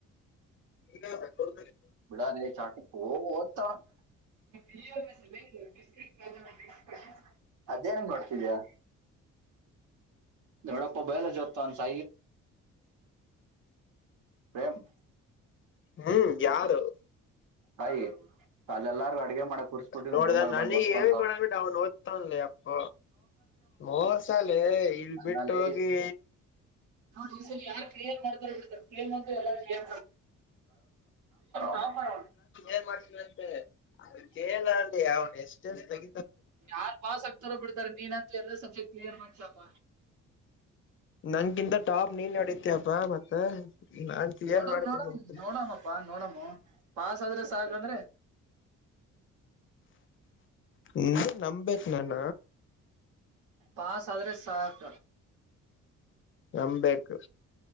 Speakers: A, on the left; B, on the right.
A: ನೀ
B: ಬಿಡ ರ ಚಾಕಿ ಹ ವದಾ ಬಿ ಬಿ್ರಕ್ ಬ ಅದೇನಂಗ ನೋಡ್ತಿದ್ಯಾ ನೋಡಪ್ಪಬಲ ಜೊತನ್ ಸ ಪ್ರೇಮ
A: ಹ್ಮ್ ಯಾರು
B: ಆಯ ಅಲ್ಲ ಎಲ್ಲಾರ ಅ ಮಾಡಬ
A: ನೋಡ್ದ
B: ರೂಮ
A: ನನಗ್
B: ಬಂದ್ ಓದ್ಕ
A: ಹೇಳ್ಬಿಡ್ಬಿಟ್ಟು ಅವ್ನ್ ಓದ್ತವನ್ಲಿ ಅಪ್ಪ ಮೋಸಾಲೆ ಇಲ್ ಬಿಟ್ಟ
B: ನಾಲೆ
A: ಹೋಗಿ
B: ನ ಯಾರ್ ಕ್ಲಿಯರ್ ಮಾಡತಾರರ್್ಲ್ ಏ ಸಾಪಾಡ
A: ಏನ್ ಮಾಡ್ತನ ಅಂತೆ ಅ ಕೇಳ ಅಿ ಅವ್ನು ಎಷ್ಟ ಎಷ್ಟ ತಗ
B: ಯಾರ್ ಪಾಸ್ ಆಗ್ತಾರೋ ಬಿಡ್ತಾರ ನೀನಂತೂ ಎಲ್ಲಾ ಸಬ್ಜೆಕ್ಟ್ ಕ್ಲಿಯರ್ ಮಾಡ್ಸಪ
A: ನನ್ಗಿಂತ ಟಾಪ್ ನೀನ್ ನಡಿತಪ್ಪಾ ಮತ್ತ ನಾನ್ ಕ್ಲಿಯರ್
B: ನೋಡ
A: ಮಾಡ್ತೇನಂತೆ
B: ನೋಡ ನೋಡಾಮಪ್ಪ ನೋಡಮ್ಮ ಹ ಪಸ್ ಅ ಆದ್ರೆ ಸಾಕಂದ್ರೆ
A: ಇ ನಂಬೇನಣ
B: ಪಾಸ್ ಆದ್ರೆ ಸಾಕ
A: ನಮಬೇಕು